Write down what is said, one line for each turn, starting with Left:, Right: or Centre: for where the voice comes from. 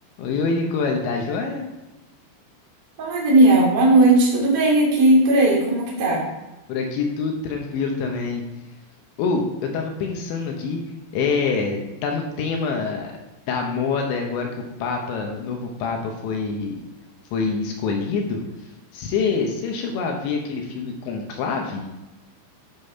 Left: Oi, oi, Nicole, tá joia?
Right: Fala, Daniel. Boa noite. Tudo bem aqui e por aí? Como que tá?
Left: Por aqui tudo tranquilo também. Ou, eu tava pensando aqui, é, tá no tema da moda agora que o Papa, o novo Papa foi foi escolhido. Você chegou a ver aquele filme Conclave